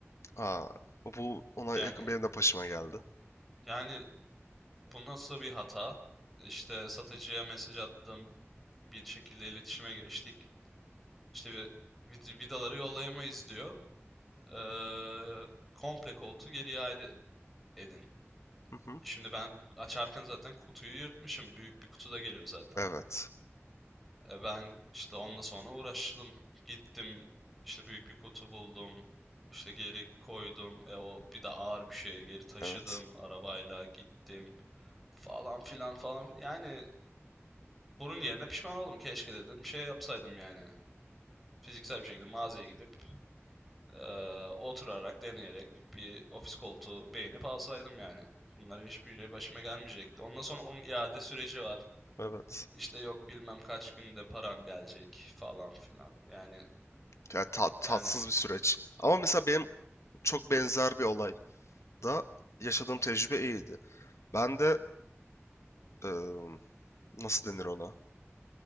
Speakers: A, on the left; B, in the centre.
A: Aa, bu ona
B: Yani,
A: yakın benim de başıma geldi.
B: yani bu nasıl bir hata? İşte satıcıya mesaj attım, bir şekilde iletişime geçtik. İşte vi- vid- vidaları yollayamayız diyor. Ee, komple koltuğu geri iade edin.
A: Hı hı.
B: E Şimdi ben açarken zaten kutuyu yırtmışım. Büyük bir kutu da geliyor zaten.
A: Evet.
B: E ben işte onunla sonra uğraştım. Gittim işte büyük bir kutu buldum. İşte geri koydum. E o bir de ağır bir şeye geri taşıdım.
A: Evet.
B: Arabayla gittim. Falan filan falan. Yani bunun yerine pişman oldum. Keşke dedim şey yapsaydım yani. Fiziksel bir şekilde mağazaya gidip Ee, oturarak, deneyerek bir ofis koltuğu beğenip alsaydım yani. Bunların hiçbiri başıma gelmeyecekti. Ondan sonra onun iade süreci var.
A: Evet.
B: İşte yok bilmem kaç günde paran gelecek falan filan. Yani
A: Ya ta- tatsız
B: yani
A: bir süreç. Ama mesela benim çok benzer bir olay da yaşadığım tecrübe iyiydi. Ben de ıı, nasıl denir ona?